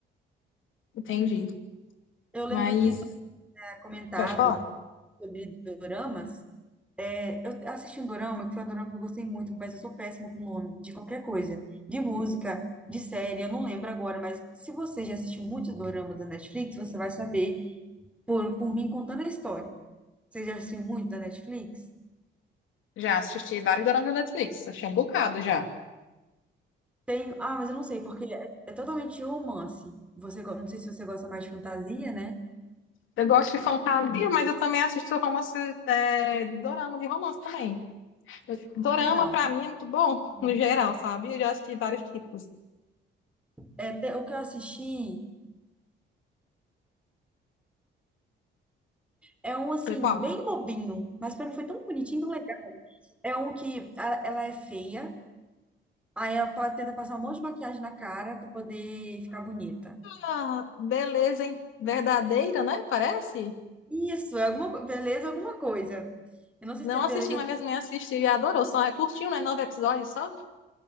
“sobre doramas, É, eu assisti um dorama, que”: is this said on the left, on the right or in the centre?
Centre